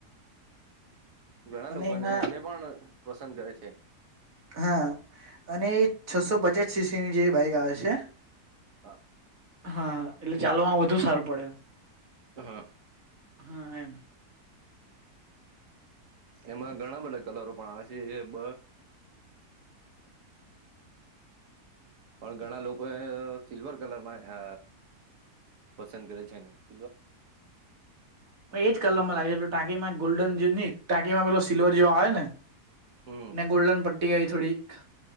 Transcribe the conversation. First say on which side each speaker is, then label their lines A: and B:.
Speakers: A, on the right; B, on the right.
A: ઘણા
B: અને
A: લોકોને
B: એમાં
A: એને પણ પસંદ કરે છે
B: હા અને છસો પચાસ સીસીની જે બાઈક આવે છે
A: હ
B: હા એટલે ચાલવામાં વધુ સારું પડે
A: હ
B: હ એમ
A: એમાં ઘણા બધા કલરો પણ આવે છે એ બ પણ ઘણા લોકો એ સિલ્વર કલરમાં અ પસંદ કરે છે ને પ
B: પણ એ જ કલરમાં લાગે છે પેલો ટાંકીમાં ગોલ્ડન જે ન ટાંકીમાં પેલો સિલ્વર જેવ આવે ને
A: હમ
B: ને ગોલ્ડન પટ્ટી હોય થોડીક